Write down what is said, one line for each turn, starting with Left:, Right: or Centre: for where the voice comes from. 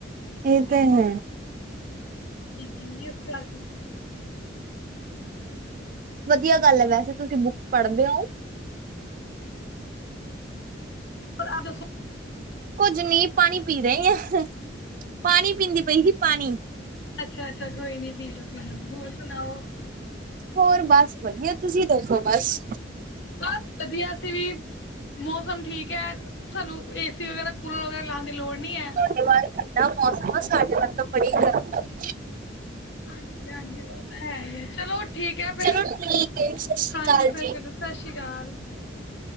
Right: ਇਹ ਤੇ ਹੈ।
Left: ਕੀ <unintelligible> ਇਸ ਕਰਕੇ।
Right: ਵਧੀਆ ਗੱਲ ਐ, ਵੈਸੇ ਤੁਸੀਂ ਬੁੱਕ ਪੜ੍ਹਦੇ ਔਂ।
Left: ਪਰ ਅਆ ਦਸੋ।
Right: ਕੁੱਝ ਨੀ ਪਾਣੀ ਪੀ ਰਏ ਆ, ਪਾਣੀ ਪੀਂਦੀ ਪਈ ਸੀ ਪਾਣੀ।
Left: ਅੱਛਾ-ਅੱਛਾ ਕੋਈ ਨੀ ਪੀਲੋ-ਪੀਲੋ, ਹੋਰ ਸੁਣਾਓ।
Right: ਹੋਰ ਬਸ ਵਧੀਆ, ਤੁਸੀਂ ਦਸੋ ਬਸ।
Left: ਬਸ ਵਧੀਆ ਅਸੀ ਵੀ। ਮੌਸਮ ਠੀਕ ਐ, ਸਾਨੂੰ ਏਸੀ ਵਗੈਰਾ ਕੂਲਰ ਵਗੈਰਾ ਲਾਣ ਦੀ ਲੋੜ ਨਈਂ ਐ।
Right: ਵਾਰ ਤਾਂ ਠੰਡਾ ਮੌਸਮ ਸਾਡੇ ਅੰਦਰ ਬੜੀ ਗਰਮੀ।
Left: ਹਾਂਜੀ-ਹਾਂਜੀ ਉਹ ਤਾਂ ਹੈ ਈ ਏ। ਚਲੋ ਠੀਕ ਐ ਫਿਰ,
Right: ਚਲੋ ਠੀਕ ਹੈ ਸਤਿ ਸ੍ਰੀ
Left: ਹਾਂਜੀ
Right: ਅਕਾਲ
Left: ਫਿਰ
Right: ਜੀ।
Left: ਕਦੇ ਸਤਿ ਸ਼੍ਰੀ ਅਕਾਲ।